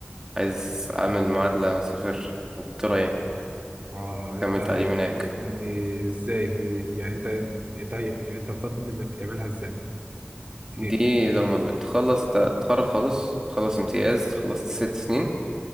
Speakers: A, on the right; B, on the right.
A: عايز اعمل معادلة واسافر انجلترا يعني
B: اه انت
A: اكمل
B: ي-
A: تعليم هناك
B: يعني ازاي يعني انت يعني انت يعني انت افترض انك بتعملها ازاي احكي
A: دي
B: لي
A: لما بتخلص تتخرج خالص تخلص امتياز خلصت ست سنين